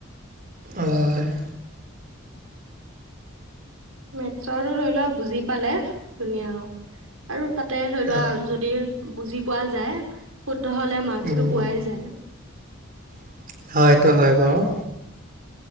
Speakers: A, on the right (about 45°); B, on the right (about 85°).
A: অ হয়
B: মেথছৰো ধৰি লোৱা বুজি পালে ধুনীয়া আৰু তাতে ধৰি লোৱা
A: অ
B: যদি বুজি পোৱা যায় শুদ্ধ হ'লে মাৰ্কছটো
A: উম
B: পোৱাই যায়।
A: অ সেইটো হয় বাৰু।